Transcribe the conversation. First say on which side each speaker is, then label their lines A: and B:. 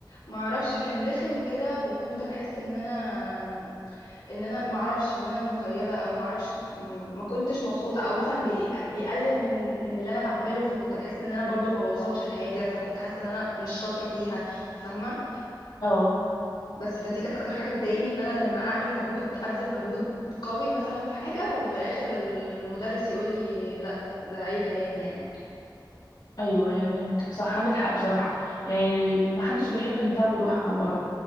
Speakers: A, on the left (about 85°); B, on the left (about 70°).
A: ما اعرفش كان رخم كده وكنت بحس ان انا ان انا ما اعرفش ان انا مقيده او ما اعرفش م- ما كنتش مبسوطه او مثلا بي... بيقلل من ال- من اللي انا بعمله فكنت بحس ان انا برضو ما بوصلش لحاجه فكنت حاسه ان انا مش شاطره فيها فاهمه
B: اه
A: بس فدي كانت اكتر حاجه بتضايقني ان انا لما اعمل مجهود ابذل مجهود قوي مثلا في حاجه وفي الاخر المدرس يقول لي لا ده اي كلام يعني
B: ايوه ايوه فهمتك صح عندك حق بصراحة يعني محدش بيحب ان تعبه يروح على الارض